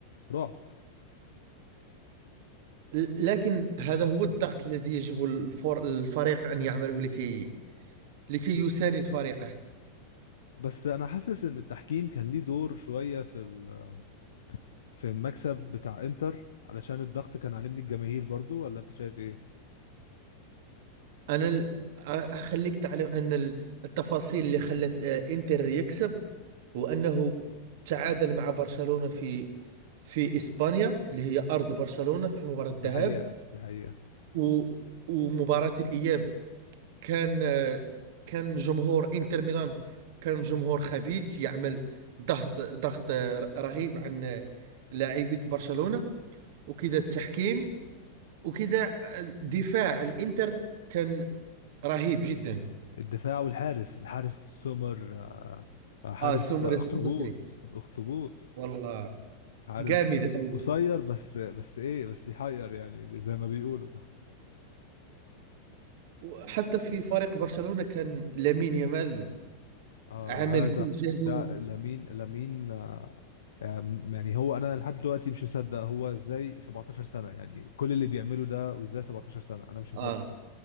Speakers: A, on the left (about 65°); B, on the right (about 50°).
A: رعب
B: ل- لكن هذا هو الضغط الذي يجب الفور الفريق أن يعمله لكي لكي يساند فريقه
A: بس انا حاسس ان التحكيم كان ليه دور شوية في ال... في المكسب بتاع انتر علشان الضغط كان عليه من الجماهير برضو ولا انت شايف ايه
B: أنا ال- أ- أخليك تعلم أن ال- التفاصيل اللي خلت آه، إنتر يكسب هو أنه تعادل مع برشلونة في في إسبانيا اللي هي أرض برشلونة في مباراة الذهاب
A: دي حقيقة دي حقيقة
B: و- ومباراة الإياب كان كان جمهور انتر ميلان كان جمهور خبيث يعمل ضغط ضغط رغيب عن لاعبية برشلونة وكذا التحكيم وكذا دفاع الانتر كان رهيب جدا
A: الدفاع والحارس الحارس سومر آه، آه، حارس
B: اه سمر
A: اخطبوط
B: السويسري
A: اخطبوط
B: والله
A: حارس
B: جامد قوي
A: قصير بس بس ايه بس يحير يعني زي ما بيقولوا
B: وحتى في فريق برشلونة كان لامين يامال
A: آه
B: عمل كل
A: هذا
B: جهده
A: ده لامين لامين آه، أم، يعني هو انا لحد دلوقتي مش مصدق هو ازاي 17 سنه يعني كل اللي بيعمله ده وازاي 17 سنه انا مش مصدق
B: اه